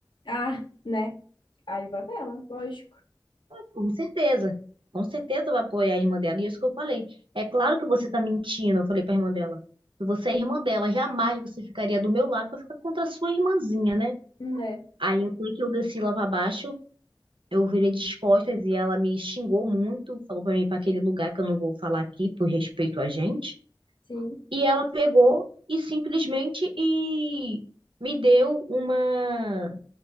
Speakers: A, on the left; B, on the right.
A: Ah, né? Aí vai ela, lógico,
B: Com certeza. Com certeza vai apoiar a irmã dela. E é isso que eu falei. É claro que você tá mentindo, eu falei pra irmã dela. Que você é irmã dela, jamais você ficaria do meu lado pra ficar contra a sua irmãzinha, né?
A: né?
B: Aí até que eu desci lá pra baixo, Eu virei de costas e ela me xingou muito, falou pra mim ir pra aquele lugar que eu não vou falar aqui por respeito a gente.
A: Sim,
B: E ela pegou e simplesmente e me deu uma